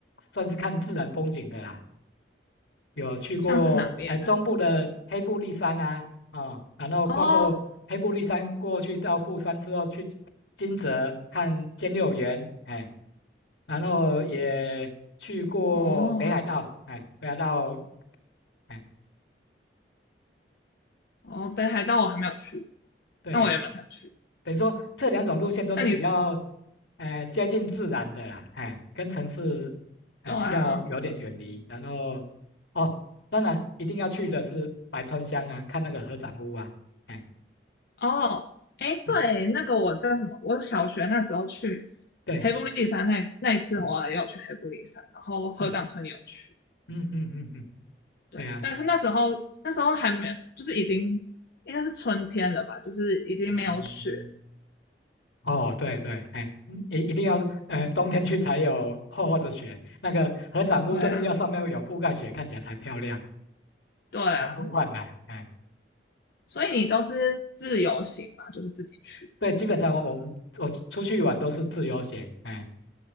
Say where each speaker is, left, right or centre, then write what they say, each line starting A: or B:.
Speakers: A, on the left (about 85°); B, on the left (about 55°).
A: 算是看自然风景的啦，有去过哎中部的黑部立山啊，
B: 像是哪边呢、
A: 哦，然后跨过黑部立山过去到富山之后，
B: 啊哦
A: 去金泽看兼六园，哎，然后也去过北海道，
B: 哦
A: 哎，北海道，哎，
B: 哦，北海道我还没有去过，
A: 对，
B: 那我也蛮想去。
A: 等于说这两种路线都是比较，
B: 那你
A: 哎，接近自然的啦，哎，跟城市，哎，
B: 对啊，
A: 比较有点远离，然后，哦，当然一定要去的是白川乡啊，看那个合掌屋啊，哎，
B: 哦，哎，
A: 嗯，
B: 对，那个我叫什么？我小学那时候去
A: 对。
B: 黑布利山那那一次，我也有去黑布利山，然后合掌村也有去。
A: 嗯。嗯嗯嗯嗯，
B: 对，
A: 对啊，
B: 但是那时候那时候还没，就是已经应该是春天了吧，就是已经没有雪
A: 嗯哦，对对，哎，嗯一一定要，呃，冬天去才有厚厚的雪，那个合掌屋就是要上面有覆盖雪，
B: 对啊，
A: 看起来才漂亮，
B: 对啊，
A: 才梦幻呢、哎，
B: 所以你都是自由行嘛，就是自己去。
A: 对，基本上我们我出去玩都是自由行，哎。